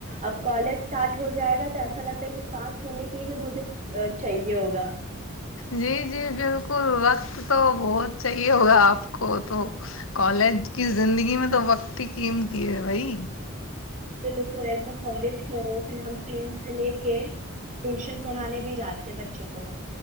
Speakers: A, on the right; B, on the left.
A: اب کالج اسٹارٹ ہو جائے گا تو ایسا لگتا ہے کہ سانس سونے کے لیے بھی مجھے چاہیے ہوگا
B: جی جی بالکل وقت تو بہت چاہیے ہوگا آپ کو تو کالج کی زندگی میں تو وقت ہی قیمتی ہے بھائی
A: ل رہ کالج کرو پھر ہم تین سے لے کے ٹیوشن پڑھانے بھی جاتے بچوں کو